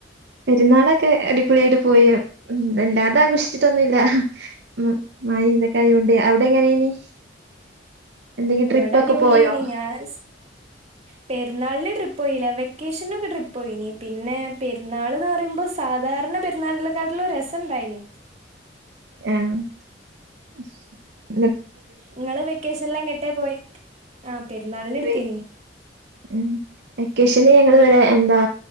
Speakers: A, on the right; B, on the right.
A: പെരുന്നാളൊക്കെ അടിപൊളിയായിട്ട് പോയ ഉ വല്ലാതെ ആഘോഷിച്ചിട്ടൊന്നുല്ല ഉ മഴ ഇതൊക്കൊയണ്ട് അവിടെ എങ്ങനെ ഇനി എന്തെങ്കും
B: ഇവിടെ
A: ട്രിപ്പൊക്കെ
B: അടിപൊളിയേനി
A: പോയോ
B: ഞാൻ പെരുന്നാളിന് ട്രിപോയില്ല വെക്കേഷനൊക്കെ ട്രിപ്പ് പോയിനി പിന്നെ പെ ന്നാളിന്ന് പറയുമ്പോ സാധാരണ പെ നണ്ടെക്കാട്ടില രസുണ്ടായിനി
A: ആഹ
B: നിങ്ങളെ വെക്കേഷനില് എങ്ങ ട്ടേ പോയി ആ പെരുന്നാളിന് എടുത്തീനി
A: പോയി. ഉം വെക്കേഷന് ഞങ്ങിവിടെ എന്താ